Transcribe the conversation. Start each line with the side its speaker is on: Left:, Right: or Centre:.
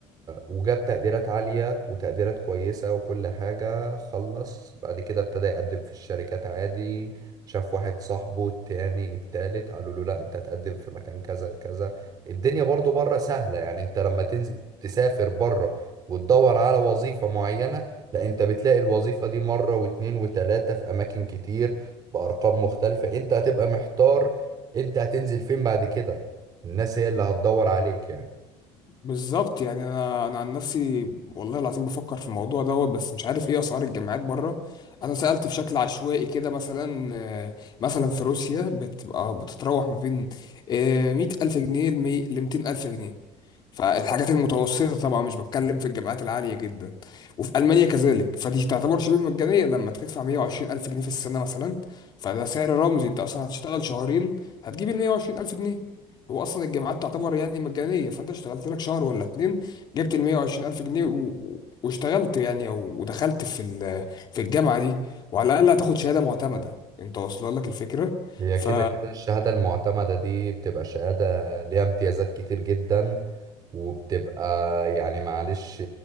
Right: وجاب تقديرات عالية وتقديرات كويسة وكل حاجة خلص بعد كده ابتدى يقدم في الشركات عادي شاف واحد صاحبه التاني التالت قالوا له لا انت هتقدم في مكان كذا كذا الدنيا برضو بره سهلة يعني انت لما تنزل تسافر بره وتدور على وظيفة معينة لا انت بتلاقي الوظيفة دي مرة واتنين وتلاتة في اماكن كتير بارقام مختلفة انت هتبقى محتار انت هتنزل فين بعد كده الناس هي اللي هتدور عليك يعني
Left: بالظبط يعني انا انا عن نفسي والله العظيم بفكر في الموضوع دوت بس مش عارف ايه اسعار الجامعات بره انا سالت بشكل عشوائي كده مثلا آه، مثلا في روسيا بتبقى بتتراوح ما بين آه، 100000 جنيه ل 200000 جنيه فالحاجات المتوسطة طبعا مش بتكلم في الجامعات العالية جدا وفي ألمانيا كذلك فدي تعتبر شبه مجانية لما تدفع 120 ألف جنيه في السنة مثلا فده سعر رمزي أنت أصلا هتشتغل شهرين هتجيب ال 120 ألف جنيه هو أصلا الجامعات تعتبر يعني مجانية فأنت اشتغلت لك شهر ولا اتنين جبت ال 120 ألف جنيه و... واشتغلت يعني أو ودخلت في ال... في الجامعة دي وعلى الأقل هتاخد شهادة معتمدة أنت واصلة لك الفكرة
Right: هي
Left: ف
Right: كده كده الشهادة المعتمدة دي بتبقى شهادة ليها امتيازات كتير جدا وبتبقى يعني معلش